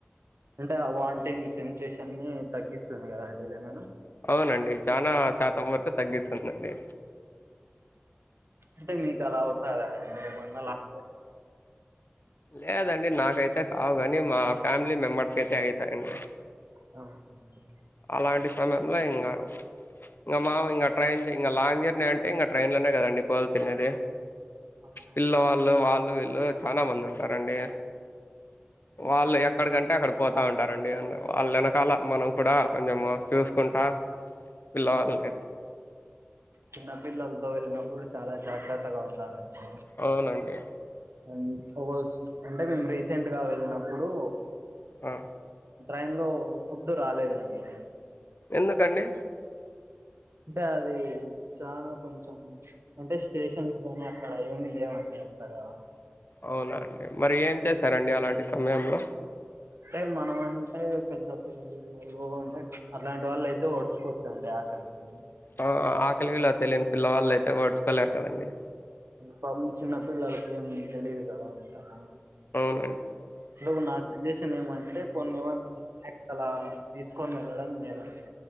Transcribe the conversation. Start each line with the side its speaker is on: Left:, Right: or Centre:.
Right: అంటే ఆ వాంటింగ్ సెన్సేషన్నీ తగ్గిస్తుంది కదా అండి లెమను
Left: అవునండి చానా శాతం వరకు తగ్గిస్తుందండి
Right: అంటే మీకు అలా అవుతాయా అండి ఏమన్నా లాంగ్
Left: లేదండి నాకైతే కావు కానీ మా ఫ్యామిలీ మెంబర్స్కి అయితే అవుతాయండి
Right: అవునండి.
Left: అలాంటి సమయంలో ఇంగ ఇంగ మాము ఇంకా ట్రైన్ ఇంగ లాంగ్ జర్నీ అంటే ఇంగ ట్రైన్లనే కదండి పోల్ తినేది.
Right: అవునండి.
Left: పిల్లవాళ్ళు వాళ్ళు వీళ్ళు చానా మంది ఉంటారండి. వాళ్ళు ఎక్కడికంటే అక్కడ పోతా ఉంటారండి వాళ్ళెనకాల మనం కూడా కొంచము చూసుకుంటా పిల్లవాళ్ళని
Right: చిన్న పిల్లలతో వెళ్ళినప్పుడు చాలా జాగ్రత్తగా ఉండాలండి
Left: అవునండి
Right: <unintelligible> అంటే మేము రీసెంట్ గా వెళ్ళినప్పుడు
Left: ఆ
Right: ట్రైన్ లో ఫుడ్ రాలేదండి
Left: ఎందుకండి
Right: అంటే అది చానా కొంచెం అంటే స్టేషన్స్ కానీ అక్కడ ఏమీ లేవండి అంతగా
Left: అవునా అండి మరి ఏం చేశారండి అలాంటి సమయంలో
Right: అంటే మనమంటే పెద్ద పిల్లలు అంటే అలాంటి వాళ్ళు అయితే ఓడ్చుకోవచ్చండి ఆకలికి
Left: ఆ ఆకలి విలువ తెలియని పిల్లవాళ్ళయితే ఓడ్చుకోలేరు కదండి
Right: పం చిన్న పిల్లలకి ఏం తెలియదు కదా అంతగా
Left: అవునండి
Right: ను నా సజెషన్ ఏమంటే కొన్ని ఏమన్నా అలా తీసుకొని వెళ్ళడం మేలండి